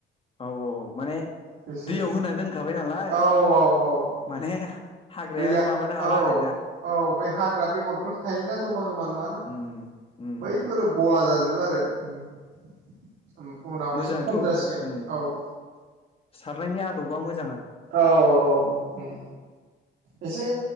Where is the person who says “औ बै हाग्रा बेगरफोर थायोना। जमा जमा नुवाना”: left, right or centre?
Right